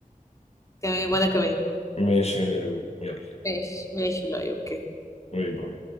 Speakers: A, on the left (about 20°); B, on the left (about 45°).
A: تمام وانا كمان
B: ماشي يا نرمين يلا
A: ماشي ماشي لا اوكي
B: باي باي